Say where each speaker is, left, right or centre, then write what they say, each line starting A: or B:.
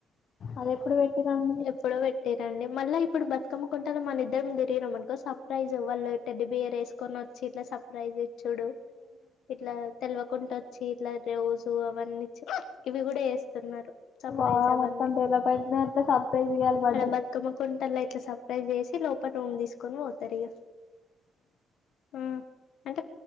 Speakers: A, on the left; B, on the left.
A: అది ఎప్పుడు పెట్టిరండి
B: ఎప్పుడో పెట్టిరండి మళ్ళీ ఇప్పుడు బతుకమ్మకుంటలు మన ఇద్దరం తిగిరం అనుకో సర్ప్రైజ్ వాళ్ళు ఇ టెడ్డియర్ వేసుకొని వచ్చి ఇట్లా. సర్ప్రైజ్ ఇచ్చుడు ఇట్లా తెల్వకుంట వచ్చి ఇట్లా రోజు అవన్నీ. ఇవి కూడా చేస్తున్నారు సర్ప్రైజ్
A: వావ్
B: అవని
A: మొత్తం డెవలప్ అయితుంది అట్లా సర్ప్రైజ్ ఇయ్యాలి బర్త్డేలకి
B: మన బతుకమ్మ కొంత లైట్లు సప్రైజ్ చేసి లోపల రూమ్ తీసుకొని పోతారు ఇగ ఆ ఇంకా